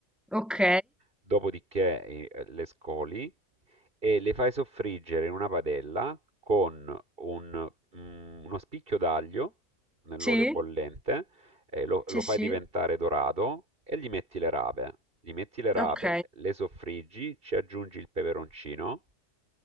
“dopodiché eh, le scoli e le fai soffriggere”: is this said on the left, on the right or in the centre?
Right